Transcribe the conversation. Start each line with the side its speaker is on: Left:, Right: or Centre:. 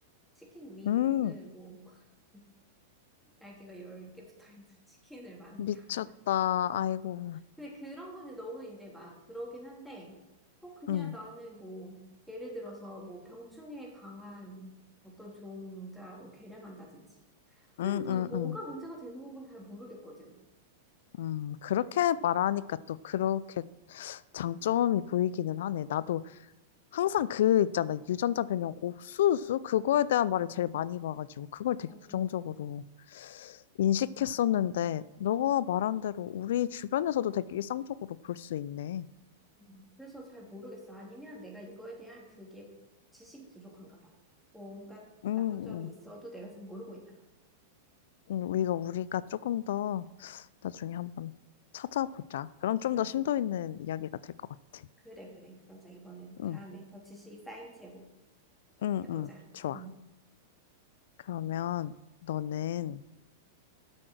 Centre: 치킨 윙을
Left: 음,
Centre: 뭐 <laughs> 날개가 10개 붙어 있는 치킨을 만든다고.
Left: 미쳤다. 아이고.
Centre: 근데 그런 거는 너무 이제 막 그러긴 한데, 어, 그냥
Left: 음,
Centre: 나는 뭐, 예를 들어서 뭐 병충해에 강한 어떤 종자로 개량한다든지.
Left: 음,
Centre: 이런 무-
Left: 음,
Centre: 뭔가
Left: 음.
Centre: 문제가 되는 건 잘 모르겠거든.
Left: 음, 그렇게 말하니까 또 그렇게 장점이 보이기는 하네. 나도 항상 그 있잖아. 유전자 변형 옥수수? 그거에 대한 말을 제일 많이 봐가지고 그걸 되게
Centre: 어,
Left: 부정적으로 인식했었는데
Centre: 맞아.
Left: 너가 말한 대로 우리 주변에서도 되게 일상적으로 볼 수 있네.
Centre: 음, 그래서 잘 모르겠어. 아니면 내가 이거에 대한 그게 지식이 부족한가 봐. 뭔가
Left: 음,
Centre: 나쁜 점이 있어도
Left: 음.
Centre: 내가 지금 모르고 있나 봐.
Left: 음, 우리가 우리가 조금 더 나중에 한번 찾아보자. 그럼 좀
Centre: 응,
Left: 더 심도 있는 이야기가 될 것 같아.
Centre: 그래, 그래, 그러자. 이거는 다음에
Left: 응,
Centre: 더 지식이 쌓인 채로
Left: 응,
Centre: 해보자.
Left: 응. 좋아.
Centre: 응.
Left: 그러면 너는